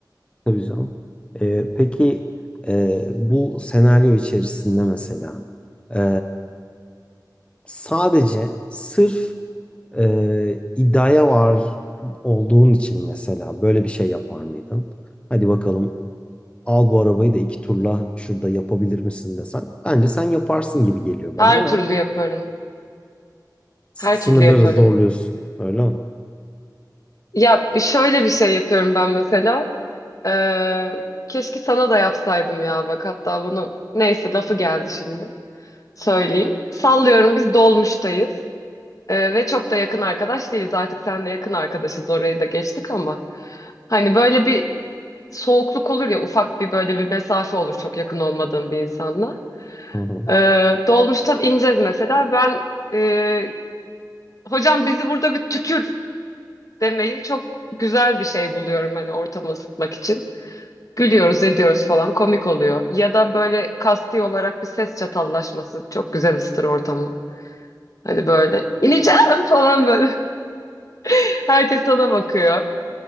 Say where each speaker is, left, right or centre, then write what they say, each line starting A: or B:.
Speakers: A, on the left; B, on the left.
A: Tabii canım. E, peki e, bu senaryo içerisinde mesela e, sadece sırf e, iddiaya var olduğun için mesela böyle bir şey yapar mıydın? Hadi bakalım al bu arabayı da iki turla şurada yapabilir misin desen. Bence sen yaparsın gibi geliyor bana
B: Her
A: ama
B: türlü yaparım.
A: s-
B: Her
A: sınırları
B: türlü yaparım.
A: zorluyorsun. Öyle mi?
B: Ya şöyle bir şey yapıyorum ben mesela. Ee, keşke sana da yapsaydım ya bak hatta bunu neyse lafı geldi şimdi. söyleyeyim. Sallıyorum biz dolmuştayız Ee, ve çok da yakın arkadaş değiliz. Artık seninle yakın arkadaşız orayı da geçtik ama. Hani böyle bir soğukluk olur ya ufak bir böyle bir mesafe olur çok yakın olmadığım bir insanla.
A: Hı hı.
B: Ee, dolmuştan ineceğiz mesela ben e, hocam bizi burada bir tükür demeyi çok güzel bir şey buluyorum hani ortamı ısıtmak için. Gülüyoruz ediyoruz falan komik oluyor. Ya da böyle kasti olarak bir ses çatallaşması çok güzel ısıtır ortamı. Hani böyle ineceğim falan böyle. <laughs> Herkes sana bakıyor.